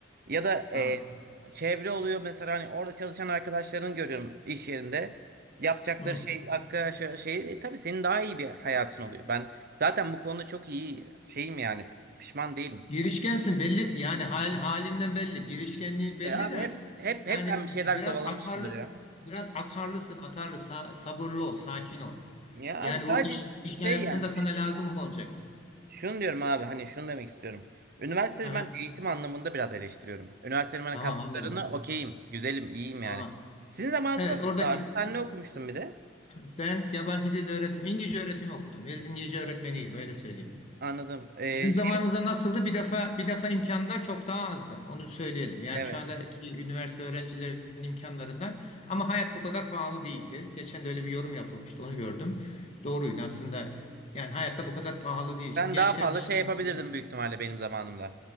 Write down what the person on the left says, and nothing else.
Tamam.
Hı.
Girişkensin belli. Yani hal halinden belli. Girişkenliğin belli
de
yani
biraz
atarlısın.
Biraz atarlısın. Atarlı. Sa- sabırlı ol. Sakin ol.
Yani
o iş, iş hayatında
sana lazım olacak.
Aha.
Tamam
anladım.
Tamam.
Evet
oradaki
ben yabancı dil öğretim İngilizce öğretimi okudum. İngilizce öğretmeniyim öyle söyleyeyim.
Bizim
zamanımızda nasıldı? Bir defa bir defa imkanlar çok daha azdı. Onu söyleyelim. Yani
şu andaki üniversite öğrencilerinin imkanlarından ama hayat bu kadar pahalı değildi. Geçen de öyle bir yorum yapılmıştı. Onu gördüm. Doğruydu aslında. Yani hayatta bu kadar pahalı değil. Şimdi
gençlerin
haline
bakıyorum.